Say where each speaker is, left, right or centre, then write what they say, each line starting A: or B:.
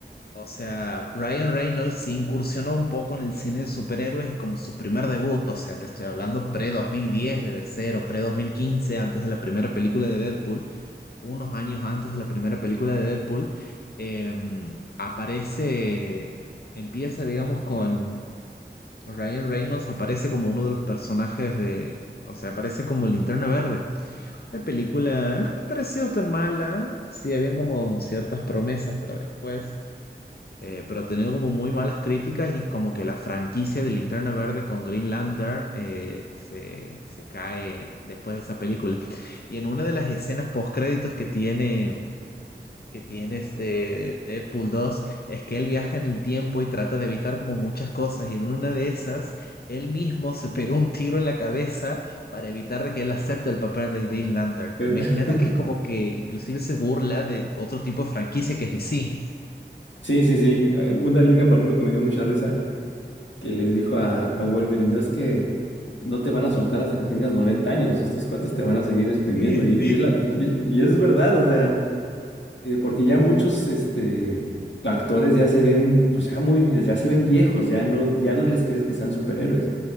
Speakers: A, on the left (about 60°); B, on the left (about 85°).
A: O sea, Ryan Reynolds se incursionó un poco en el cine de superhéroes y como su primer debut, o sea, te estoy hablando pre-2010 dos debe ser, o pre dos mil quince antes de la primera película de Deadpool, unos años antes de la primera película de Deadpool, em, aparece empieza, digamos, con Ryan Reynolds aparece como uno de los personajes de, o sea, aparece como Linterna Verde. La película no me ha parecido tan mala, sí, habían como ciertas promesas para después, eh, pero ha tenido como muy malas críticas y es como que la franquicia de Linterna Verde con Green Lantern eh, se, se cae después de esa película. Y en una de las escenas postcréditos que tiene que tiene este Deadpool 2 es que él viaja en el tiempo y trata de evitar como muchas cosas y en una de esas él mismo se pega un tiro en la cabeza para evitar de que él acepte el papel de Green Lantern.
B: Eh,
A: Imagínate
B: <laughs>
A: que es como que inclusive se burla de otro tipo de franquicia que es DC.
B: Sí, sí, sí. Hay Una línea, por ejemplo, que me dio mucha risa, que le dijo a, a Wolverine, "No, es que no te van a soltar hasta que tengas 90 años, estos cuates te van a seguir exprimiendo.
A: Sí,
B: Y, y
A: sí.
B: es la- y- y es verdad, o sea, eh, porque ya muchos este, actores ya se ven, pues ya muy, ya se ven viejos, ya no, ya no les crees que sean superhéroes.